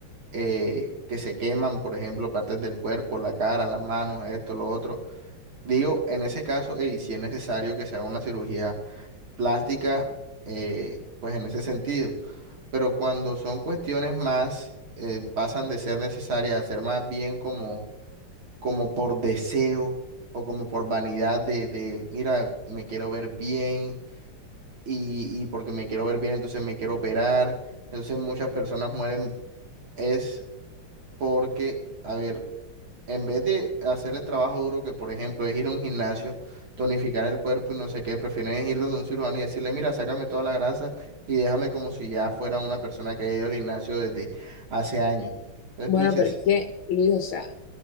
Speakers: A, on the right; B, on the left.
A: eh, que se queman, por ejemplo, partes del cuerpo, la cara, las manos, esto, lo otro. Digo, en ese caso, y si es necesario que se haga una cirugía plástica, eh, pues en ese sentido. Pero cuando son cuestiones más, eh, pasan de ser necesarias a ser más bien como, como por deseo o como por vanidad de, de, mira, me quiero ver bien y, y porque me quiero ver bien, entonces me quiero operar. Entonces muchas personas mueren es porque, a ver, En vez de hacer el trabajo duro que, por ejemplo, es ir a un gimnasio, tonificar el cuerpo y no sé qué, prefieren ir donde un cirujano y decirle, mira, sácame toda la grasa y déjame como si ya fuera una persona que haya ido al gimnasio desde hace años. Entonces
B: Bueno,
A: tú dices,
B: pero es que, Luis, o sea.